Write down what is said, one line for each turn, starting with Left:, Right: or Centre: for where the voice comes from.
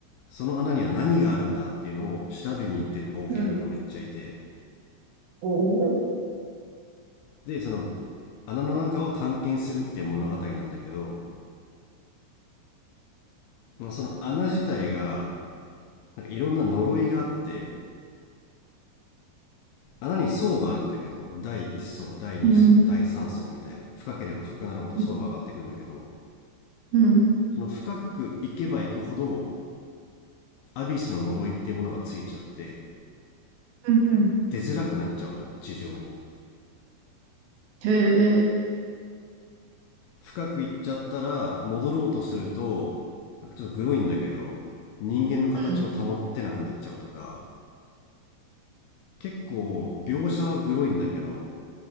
Left: その穴には何があるんだっていうのを調べに行ってる冒険家がめっちゃいて。
Right: うん。おお。
Left: で、その穴の中を探検するっていう物語なんだけど、まあ、その穴自体がなんかいろんな呪いがあって穴に層があるんだけど第1層第2層第3層みたいな深ければ深くなるほど層が上がっていくんだけど
Right: うん。うん。うん。うん。
Left: その深く行けば行くほどアビスの呪いっていうものがついちゃって
Right: うん。うん
Left: 出づらくなっちゃうのよ地上に
Right: へえ。
Left: 深く行っちゃったら戻ろうとするとなんかちょっとグロいんだけど人間の形を保ってなくなっちゃうとか
Right: うん。
Left: 結構描写はグロいんだけど